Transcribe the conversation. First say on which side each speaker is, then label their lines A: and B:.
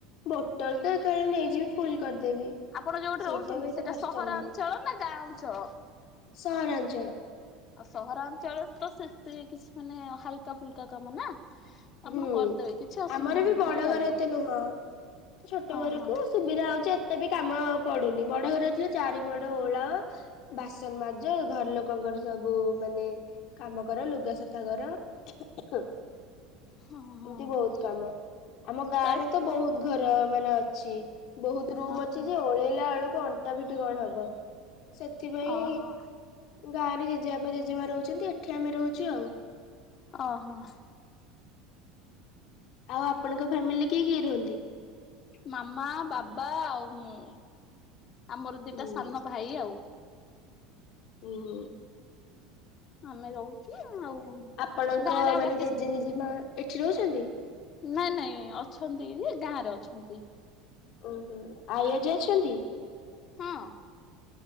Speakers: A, on the left (about 50°); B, on the left (about 35°).
A: ବୋଟଲ ତ ଏକାଡେ ନେଇଯିବି। ଫୁଲ କରିଦେବି
B: ଆପଣ ଯୋଉଠି
A: ସେଇଟା
B: ରହୁଛନ୍ତି
A: ବି ଏତେ କଷ୍ଟ
B: ସହରାଞ୍ଚଳ
A: ନାହିଁ।
B: ନା ଗାଁ ଅଞ୍ଚଳ?
A: ସହରାଞ୍ଚଳ।
B: ଆଉ ସହରାଞ୍ଚଳରେ ତ ସେତିକି କିଛି ମାନେ ହାଲକା ଫୁଲକା କାମ ନା। ଆପଣ
A: ହୁଁ
B: କରିଦେବେ କିଛି ଅସୁବିଧା
A: ଆମର ବି
B: ନାହିଁ
A: ବଡ
B: ଭଲ ଲାଗିବ
A: ଘର ଏତେ ନୁହଁ ତ ଛୋଟ
B: ଓହୋ
A: ଘରକୁ ସୁବିଧା ହଉଛି ଏତେ ବି କାମ ପଡୁନି ବଡ ଘର ଥିଲେ ଚାରି ବଡ ଓଳା ବାସନ ମାଜ ଘର ଲୋକଙ୍କର ସବୁ ମାନେ କାମ କର ଲୁଗା ସଫା କର ଖେ ଖୋ।
B: ହଁ ହଁ।
A: ଏମିତି ବହୁତ କାମ ଆମ ଗାଁ
B: ତା
A: ରେ ତ ବହୁତ ଘର ମାନେ ଅଛି ବହୁତ ରୁମ୍
B: ଓହୋ
A: ଅଛି ଯେ ଓଳେଇଲା ବେଳକୁ ଅଣ୍ଟା ପିଠି କଣ ହବ ସେଥିପାଇଁ
B: ଓହୋ
A: ଗାଁ ରେ ଜେଜେବାପା ଜେଜେମା ରହୁଛନ୍ତି ଏଠି ଆମେ ରହୁଛୁ ଆଉ।
B: ଓହୋ।
A: ଆଉ ଆପଣଙ୍କ ଫ୍ୟାମିଲି କିଏ କିଏ ରହନ୍ତି?
B: ମାମା ବାବା ଆଉ ମୁଁ ଆମର ଦିଟା
A: ହୁଁ।
B: ସାନ ଭାଇ ଆଉ।
A: ଉଁ ହୁଁ।
B: ଆମେ ରହୁଛୁ ଆଉ
A: ଆପଣଙ୍କ
B: ଗାଁରେ ଆଉ
A: ମାନେ
B: ବାକି
A: ଜେଜେ ଜେଜେମା ଏଠି ରହୁଛନ୍ତି?
B: ନାଇଁ ନାଇଁ ଅଛନ୍ତି ଯେ ଗାଁ ରେ ଅଛନ୍ତି।
A: ଓହୋ ଆଇ ଅଜା ଅଛନ୍ତି?
B: ହଁ